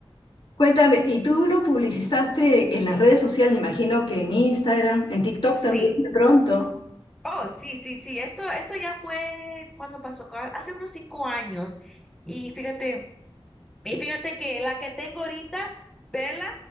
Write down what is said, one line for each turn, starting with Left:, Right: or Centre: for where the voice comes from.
Left: Cuéntame, ¿y tú lo publicizaste en las redes sociales? Imagino que en Instagram, en TikTok
Centre: Sí.
Left: también, de pronto.
Centre: Oh, sí, sí, sí. Esto, esto ya fue cuando pasó, Co- hace unos cinco años. Y fíjate. Y fíjate que la que tengo ahorita, Vela,